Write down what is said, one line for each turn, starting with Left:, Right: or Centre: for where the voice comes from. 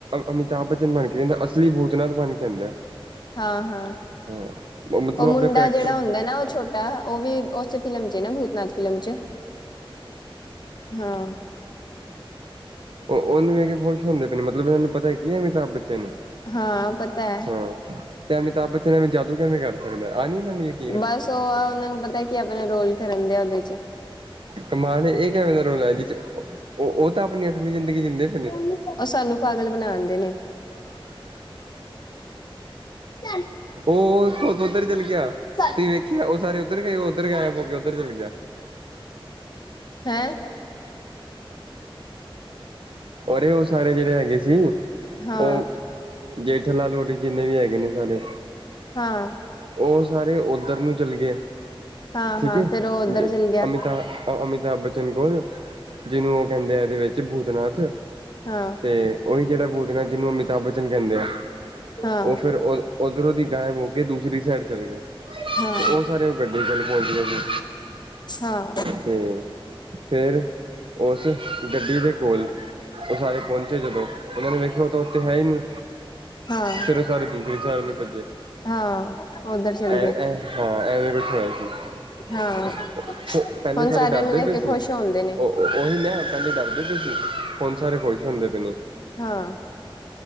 Right: ਅਮਿਤਾਭ ਬੱਚਨ ਬਣ ਕੇ ਜਾਂਦਾ, ਅਸਲੀ ਭੂਤਨਾਥ ਬਣ ਕੇ ਆਦਾ
Left: ਹਾਂ ਹਾਂ
Right: ਹਾਂ। ਮਤਲਬ
Left: ਉਹ ਮੁੰਡਾ
Right: ਆਪਣੇ ਕਰੈਕਟਰ
Left: ਜਿਹੜਾ ਹੁੰਦਾ ਨਾ, ਉਹ ਛੋਟਾ ਉਹ ਵੀ ਉਸੇ ਫਿਲਮ ਚ ਨਾ ਭੂਤਨਾਥ ਫਿਲਮ ਚ ਹਾਂ।
Right: ਉਹ ਉਹਨੂੰ ਵੇਖ ਕੇ ਖੁਸ਼ ਹੁੰਦੇ ਪਏ ਨੇ ਮਤਲਬ, ਇਹਨਾਂ ਨੂੰ ਪਤਾ ਕੀ ਅਮਿਤਾਬ ਬਚਨ ਨੇ
Left: ਹਾਂ ਪਤਾ ਹੈ
Right: ਹਾਂ ਤੇ ਅਮਿਤਾਬ ਬੱਚਨ ਨੇ ਵੀ ਜਾਦੂ ਕਿਵੇਂ ਕਰ ਸਕਦਾ ਆ ਨ <unintelligible>
Left: ਬਸ ਉਹ ਆ, ਉਹਨਾਂ ਨੂੰ ਪਤਾ ਕੀ ਆਪਣਾ ਰੋਲ ਕਰਨ ਦੇ ਆ ਉਹਦੇ ਚ।
Right: ਕਮਾਲ ਨੇ ਇਹ ਕਿਵੇਂ ਦਾ ਰੋਲ ਹੈ, ਜਿਸ ਉਹ ਉਹ ਤਾਂ ਆਪਣੀ ਅਸਲੀ ਜ਼ਿੰਦਗੀ ਜਿੰਦੇਨ
Left: ਉਹ ਸਾਨੂੰ ਪਾਗਲ ਬਣਾਣ ਡੇ ਨੇ। <inaudible> ਚੱਲ
Right: ਉਹ
Left: ਚ
Right: ਉੱਧਰ ਚੱਲ ਗਿਆ
Left: ਚ
Right: ਤੁਸੀਂ
Left: <inaudible>
Right: ਵੇਖਿਆ ਉਹ ਸਾਰੇ ਉੱਧਰ ਗਏ ਉਹ ਉੱਧਰ ਗਾਇਬ ਹੋ ਕੇ ਉੱਧਰ ਚੱਲ ਗਿਆ।
Left: ਹੈਂ?
Right: ਅਰੇ ਉਹ ਸਾਰੇ ਜਿਹੜੇ ਹੈਗੇ ਸੀ।
Left: ਹਾਂ,
Right: ਉਹ ਜੇਠਾ ਲਾਲ ਹੋਰੀ ਜਿੰਨੇ ਵੀ ਹੈਗੇ ਨੇ ਸਾਰੇ
Left: ਹਾਂ,
Right: ਉਹ ਸਾਰੇ ਓਧਰ ਨੂੰ ਚੱਲ ਗਏ
Left: ਹਾਂ,
Right: ਠੀਕ
Left: ਹਾਂ
Right: ਏ,
Left: ਫੇਰ ਉਹ ਉੱਧਰ ਚਲ ਗਿਆ
Right: ਅਮਿਤਾ ਅਮਿਤਾਭ ਬੱਚਨ ਕੋਲ, ਜਿਹਨੂੰ ਉਹ ਕਹਿੰਦੇ ਆ ਇਹਦੇ ਵਿੱਚ ਭੂਤਨਾਥ।
Left: ਹਾਂ,
Right: ਤੇ ਉਹੀ ਜਿਹੜਾ ਬੂਤਨਾਥ ਜਿਹਨੂੰ ਅਮਿਤਾਭ ਬੱਚਨ ਕਹਿੰਦੇ ਆ।
Left: ਹਾਂ,
Right: ਉਹ ਫੇਰ ਉਧਰੋਂ ਦੀ ਗਾਇਬ ਹੋ ਕੇ ਦੂਸਰੀ ਸਾਈਡ ਚੱਲ ਗਿਆ।
Left: ਹਾਂ,
Right: ਤੇ ਉਹ ਸਾਰੇ ਉਹ ਗੱਡੀ ਕੋਲ ਪਹੁੰਚ ਗਏ ਸੀ।
Left: ਹਾਂ।
Right: ਤੇ ਫੇਰ ਉਸ ਗੱਡੀ ਦੇ ਕੋਲ, ਉਹ ਸਾਰੇ ਪਹੁੰਚੇ ਜਦੋਂ ਉਹਨਾਂ ਨੇ ਵੇਖਿਆ ਉਹ ਤਾਂ ਉੱਥੇ ਹੈ ਹੀ ਨਹੀਂ।
Left: ਹਾਂ,
Right: ਫਿਰ ਉਹ ਸਾਰੇ ਦੂਸਰੇ ਸੈਡ ਨੂੰ ਭੱਜੇ।
Left: ਹਾਂ ਉੱਧਰ ਚਲ
Right: ਐ,
Left: ਗਿਆ
Right: ਐ ਹਾਂ ਐਵੇ ਕੋਛ ਹੋਯਾ ਸੀ।
Left: ਹਾਂ
Right: ਪਹਿਲੇ
Left: ਹੁਣ
Right: ਸਾਰੇ ਡਰਦੇ
Left: ਉਹਨੂੰ ਵੇਖ
Right: ਪਏ
Left: ਕੇ
Right: ਸੀ
Left: ਖੁਸ਼ ਹੁੰਦੇ ਨੇ
Right: ਉਹ ਉਹੀ ਨਾ ਪਹਿਲੇ ਡਰਦੇ ਪੇ ਸੀ, ਹੋਨ ਸਾਰੇ ਖੁਸ਼ ਹੁੰਦੇ ਪਏ ਨੇ।
Left: ਹਾਂ।